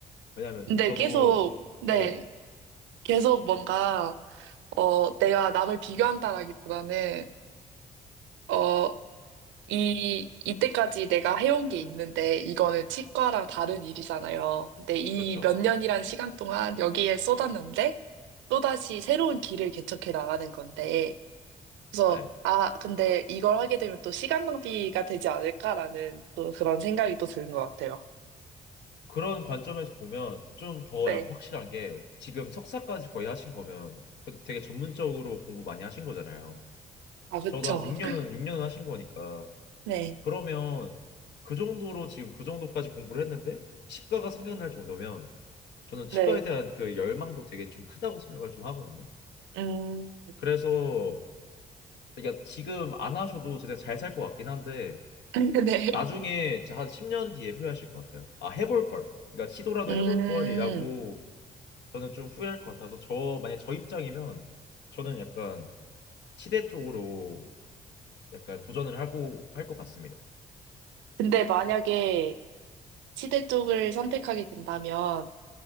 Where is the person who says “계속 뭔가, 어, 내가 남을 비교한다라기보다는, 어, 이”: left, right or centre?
Right